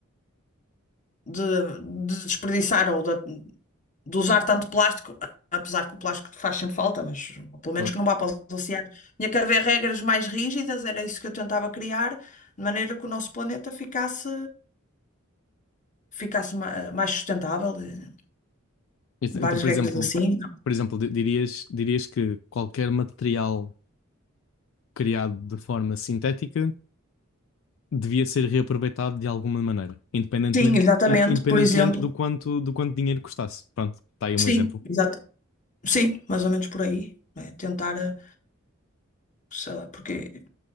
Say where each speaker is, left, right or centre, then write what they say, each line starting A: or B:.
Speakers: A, on the left; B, on the left.
A: de, de desperdiçar ou de de usar tanto plástico, apesar que o plástico faz sempre falta, mas pelo menos
B: boa.
A: que não vá para os oceanos. Tinha que haver regras mais rígidas, era isso que eu tentava criar, de maneira que o nosso planeta ficasse, ficasse ma- mais sustentável, eh,
B: Isso,
A: várias
B: Então, por
A: regras
B: exemplo,
A: assim.
B: por exemplo, di- dirias, dirias que qualquer material criado de forma sintética devia ser reaproveitado de alguma maneira, independentemente,
A: Sim, exatamente,
B: in- independentemente
A: por exemplo.
B: do quanto, do quanto dinheiro custasse. Pronto, está aí um
A: Sim,
B: exemplo.
A: exato. Sim, mais ou menos por aí. né? Tentar, eh, sei lá, porque